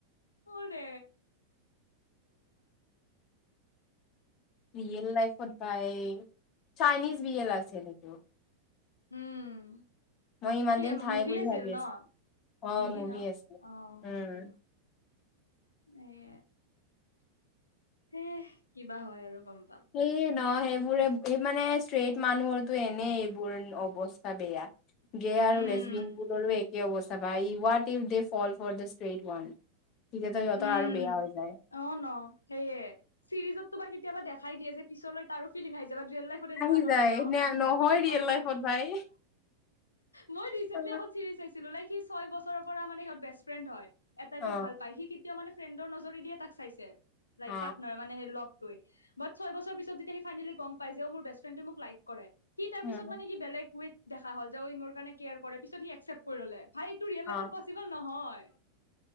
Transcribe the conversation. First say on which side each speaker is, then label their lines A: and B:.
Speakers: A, on the left (about 80°); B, on the left (about 35°).
A: অ ৰে।
B: ৰিয়েল লাইফত বাই চাইনিজ বিয়েল আছিল নেকি।
A: উম
B: মই ইমান
A: কি
B: দিন ঠাই
A: মুভি
B: বুলি
A: আছিল
B: ভাবি
A: ন।
B: আছিলো অ
A: মুভি ন
B: আছে
A: অ
B: উম
A: মুভি এই। হে কিবা হয় আৰু গম। পাম
B: এই। ন, সেইবোৰে এই মানে ষ্ট্ৰেইট মানুহৰো এনে এইবোৰ অৱস্থা বেয়া। গে আৰু
A: উম
B: লেচবিন বোৰৰো একে অৱস্থা পায় ই what if they fall for the straight one. তেতিয়াতো সিহঁতৰ
A: উম
B: আৰু বেয়া হৈ যায়
A: অ ন সেইয়ে চিৰিজত। তোমাৰ কেতিয়াবা দেখাই দিয়ে যে, পিছলৈ তাৰো ফিলিং আহি য বা ৰিয়েল লাইফত এনেকুৱা
B: আহি
A: নহয়
B: যায়
A: ন।
B: নে নহয় ৰিয়েল
A: অঁ।
B: লাইফত ভাই
A: মই ৰিচেণ্টলি
B: অ
A: এখন চিৰিজ চাইছিলো, লাইক সি ছয় বছৰৰ পৰা মানে। সিহত বেষ্ট ফ্ৰেড হয় এটাই
B: অ
A: তোক ভাল পায় সি কেতিয়া মানে ফ্ৰেণ্ডৰ নজৰে দিয়ে তাক চাইছে। লাইক
B: অ
A: পাটনাৰ মানে ল। বাট ছয় বছৰ পিছ যেতিয়া সি ফাইনেলি গম পাই যে মোৰ বেষ্ট ফ্ৰিয়েন্দে মোক লাইক কৰে। সি তাৰ
B: উম
A: পিছত মানে কি বেলেগ ৱে দেখা হ'ল যে অ ই মোৰ কাৰণে কেয়াৰ কৰে পিছত সি একচেপ্ট কৰি ললে। ভাই এইটো ৰিয়েল
B: অ
A: লাইফত পচিবল নহয়।